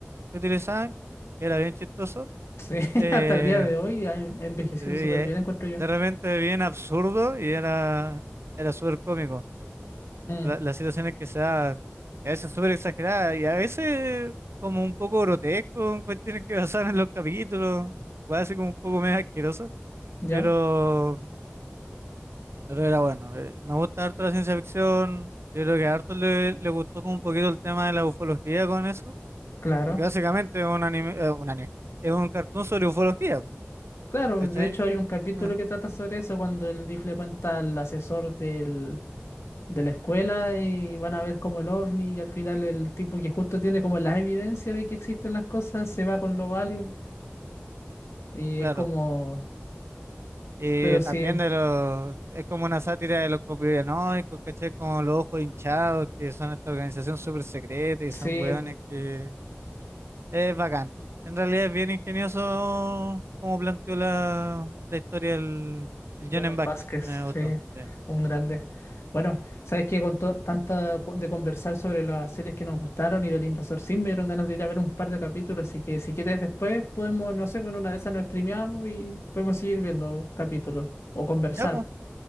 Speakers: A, on the right; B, on the left.
A: que utilizaban, que era bien chistoso.
B: Sí, <laughs>
A: Eh,
B: hasta el día de hoy ha envejecido
A: sí, eh,
B: súper bien, encuentro yo.
A: de repente bien absurdo y era, era súper cómico.
B: Mm,
A: La- las situaciones que se dan y a veces súper exageradas y a veces como un poco grotesco, en cuestiones que <laughs> pasaban en los capítulos, puede ser como un poco medio asqueroso,
B: ¿ya?
A: pero, pero era bueno. Eh, me gusta harto la ciencia ficción, yo creo que a harto le, le gustó como un poquito el tema de la ufología con eso,
B: Claro.
A: porque básicamente es un anime, eh, un anime, es un cartoon sobre ufología,
B: Claro,
A: ¿cachai?
B: de hecho hay un capítulo
A: Mm,
B: que trata sobre eso cuando el DIF le cuenta al asesor del, de la escuela y van a ver como el ovni y al final el tipo que justo tiene como la evidencia de que existen las cosas
A: Ujú.
B: se va con los aliens y
A: Claro.
B: es como,
A: Y
B: pero sí,
A: también de los, es como una sátira de los conspiranoicos, ¿cachai? Como los ojos hinchados, que son esta organización súper secreta y
B: sí,
A: son hueones que es bacán. En realidad es bien ingenioso como planteó la, la historia el el
B: Jonan
A: John Vázquez.
B: Vázquez,
A: Me gustó,
B: sí,
A: sí.
B: un grande. Bueno, sabes que con to- tanta co- de conversar sobre las series que nos gustaron y del Invasor Sim me dieron ganas de ir a ver un par de capítulos, así que si quieres después podemos, no sé, con una de esas nos streameamos y podemos seguir viendo capítulos o conversar.
A: Ya, pues,